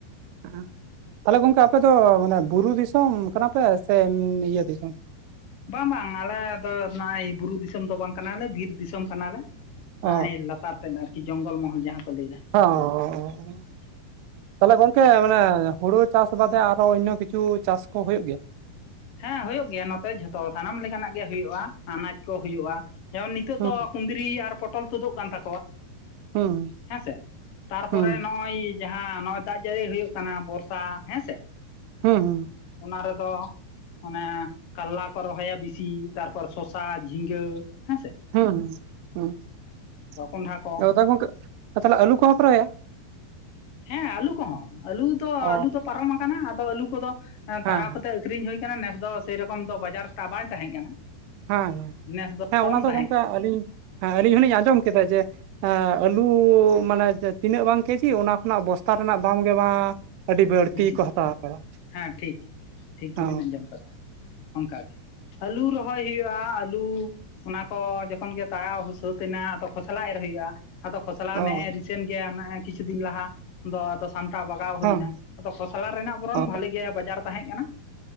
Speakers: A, on the right (about 80°); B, on the left (about 65°).
A: <inaudible> ᱛᱟᱦᱚᱞᱮ ᱜᱚᱝᱠᱮ ᱟᱯᱮ ᱫᱚ ᱢᱟᱱᱮ ᱵᱩᱨᱩ ᱫᱤᱥᱚᱢ ᱠᱟᱱᱟ ᱯᱮ ᱥᱮ ᱮᱢ ᱤᱭᱟᱹ ᱫᱤᱥᱚᱢ?
B: ᱵᱟᱝ ᱵᱟᱝ ᱟᱞᱮ ᱫᱚ ᱱᱚᱜᱼᱚᱭ ᱵᱩᱨᱩ ᱫᱤᱥᱚᱢ ᱫᱚ ᱵᱟᱝ ᱠᱟᱱᱟᱞᱮ ᱵᱤᱨ ᱫᱤᱥᱚᱢ ᱠᱟᱱᱟᱞᱮ᱾
A: ᱚ
B: ᱦᱟᱸᱜᱼᱟᱭ ᱞᱟᱛᱟᱨ ᱥᱮᱫ ᱟᱨᱠᱤ ᱡᱚᱝᱜᱚᱞ ᱢᱚᱦᱚᱞ ᱡᱟᱦᱟᱸ ᱠᱚ ᱞᱟᱹᱭ ᱮᱫᱟ᱾
A: ᱦᱚᱸᱻᱚᱻᱚᱻ᱾ ᱛᱟᱦᱚᱞᱮ ᱜᱚᱝᱠᱮ ᱢᱟᱱᱮ ᱦᱩᱲᱩ ᱪᱟᱥ ᱵᱟᱫᱮ ᱟᱨᱦᱚ ᱚᱱᱱᱚ ᱠᱤᱪᱷᱩ ᱪᱟᱥ ᱠᱚ ᱦᱩᱭᱩᱜ ᱜᱮᱭᱟ?
B: ᱦᱮᱸ ᱦᱩᱭᱩᱜ ᱜᱮᱭᱟ, ᱱᱚᱛᱮ ᱡᱷᱚᱛᱚ ᱥᱟᱱᱟᱢ ᱞᱮᱠᱟᱱᱟᱜ ᱜᱮ ᱦᱩᱭᱩᱜᱼᱟ, ᱟᱱᱟᱡ ᱠᱚ ᱦᱩᱭᱩᱜᱼᱟ᱾ ᱡᱮᱢᱚᱱ ᱱᱤᱛᱚᱜ
A: ᱦᱩᱸ
B: ᱫᱚ ᱠᱩᱸᱫᱽᱨᱤ ᱟᱨ ᱯᱚᱴᱚᱞ ᱛᱩᱫᱩᱜ ᱠᱟᱱ ᱛᱟᱠᱚᱣᱟ᱾
A: ᱦᱩᱸ
B: ᱦᱮᱸ ᱥᱮ, ᱛᱟᱨᱯᱚᱨᱮ
A: ᱦᱩᱸ
B: ᱱᱚᱜᱼᱚᱭ ᱡᱟᱦᱟᱸ ᱱᱚᱜᱼᱚᱭ ᱫᱟᱜ ᱡᱟᱹᱲᱤ ᱦᱩᱭᱩᱜ ᱠᱟᱱᱟ ᱵᱚᱨᱥᱟ᱾ ᱦᱮᱸ ᱥᱮ?
A: ᱦᱩᱸ ᱦᱩᱸ᱾
B: ᱚᱱᱟ ᱨᱮ ᱫᱚ ᱢᱟᱱᱮ ᱠᱟᱞᱞᱟ ᱠᱚ ᱨᱚᱦᱚᱭᱟ ᱵᱮᱥᱤ ᱛᱟᱨᱯᱚᱨ ᱥᱚᱥᱟ, ᱡᱷᱤᱸᱜᱟᱹ ᱦᱮᱸ ᱥᱮᱼᱼ
A: ᱦᱩᱸ ᱦᱩᱸᱦᱩᱸ
B: ᱠᱚᱸᱰᱷᱟ ᱠᱚ
A: ᱟᱫᱚ ᱜᱚᱢᱠᱮ ᱛᱟᱦᱚᱞᱮ ᱟᱹᱞᱩ ᱠᱚ ᱦᱚᱸ ᱯᱮ ᱨᱚᱦᱚᱭᱟ? <inaudible>
B: ᱦᱮᱸ ᱟᱹᱞᱩ ᱠᱚ ᱦᱚᱸ, ᱟᱹᱞᱩ ᱫᱚ
A: ᱚ
B: ᱟᱹᱞᱩ ᱫᱚᱼᱼ ᱯᱟᱨᱚᱢ ᱟᱠᱟᱱᱟ, ᱟᱫᱚ ᱟᱹᱞᱩ ᱠᱚ ᱫᱚ
A: ᱦᱮᱸ
B: ᱛᱟᱲᱟᱣ
A: ᱦᱮᱸ
B: ᱠᱟᱛᱮᱜ ᱟᱹᱠᱷᱨᱤᱧ ᱦᱩᱭ ᱠᱟᱱᱟ᱾ ᱱᱮᱥ ᱫᱚ ᱥᱮᱭᱨᱚᱠᱚᱢ ᱫᱚ ᱵᱟᱡᱟᱨ ᱴᱟᱜ ᱵᱟᱭ ᱛᱟᱦᱮᱸ ᱠᱟᱱᱟ᱾
A: ᱦᱮᱸ ᱦᱮᱸ᱾
B: ᱱᱮᱥ
A: ᱦᱮᱸ,
B: ᱠᱚᱢ
A: ᱚᱱᱟ ᱫᱚ
B: ᱛᱟᱦᱮᱸ
A: ᱜᱚᱝᱠᱮ
B: ᱠᱟᱱᱟ
A: ᱟᱹᱞᱤᱧ ᱦᱮᱸ ᱟᱹᱞᱤᱧ ᱦᱚᱞᱤᱧ ᱟᱸᱡᱚᱢ ᱠᱮᱫᱟ ᱡᱮ ᱮ ᱟᱹᱞᱩ ᱢᱟᱱᱮ ᱛᱤᱱᱟᱹᱜ ᱵᱟᱝ ᱠᱮᱡᱤ ᱚᱱᱟ ᱠᱷᱚᱱᱟᱜ ᱵᱚᱥᱛᱟ ᱨᱮᱱᱟᱜ ᱫᱟᱢ ᱜᱮ ᱢᱟ ᱟᱹᱰᱤ ᱵᱟᱹᱲᱛᱤ
B: ᱵᱤᱥᱤ
A: ᱠᱚ ᱦᱟᱛᱟᱣ ᱟᱠᱟᱫᱟ᱾
B: ᱦᱮᱸ ᱴᱷᱤᱠ ᱴᱷᱤᱠ ᱜᱮᱵᱤᱱ
A: ᱚ
B: ᱟᱸᱡᱚᱢ ᱠᱟᱫᱟ <inaudible> ᱟᱹᱞᱩ ᱨᱚᱦᱚᱭ ᱦᱩᱭᱩᱜᱼᱟ ᱟᱹᱞᱩ᱾ ᱚᱱᱟ ᱠᱚ ᱡᱚᱠᱷᱚᱱ ᱜᱮ ᱛᱟᱲᱟᱣ ᱥᱟᱹᱛ ᱮᱱᱟ ᱟᱫᱚ ᱠᱷᱚᱥᱞᱟ ᱮᱨ ᱦᱩᱭᱩᱜᱼᱟ᱾ ᱟᱫᱚ ᱠᱷᱚᱥᱞᱟ
A: ᱚ
B: ᱱᱮᱜ-ᱮ ᱨᱤᱼᱼ ᱥᱮᱱ ᱜᱮᱭᱟ ᱱᱟᱭ ᱠᱤᱪᱷᱩ ᱫᱤᱱ ᱞᱟᱦᱟ ᱫᱚ ᱟᱫᱚ ᱥᱟᱢᱴᱟᱣ ᱵᱟᱜᱷᱟᱣ ᱦᱩᱭᱱᱟ᱾
A: ᱦᱮᱸ
B: ᱟᱫᱚ ᱠᱷᱚᱥᱞᱟ ᱨᱮᱱᱟᱜ ᱵᱚᱨᱚᱱ
A: ᱚ
B: ᱵᱷᱟᱞᱤ ᱜᱮ ᱵᱟᱡᱟᱨ ᱛᱟᱦᱮᱸ ᱠᱟᱱᱟ᱾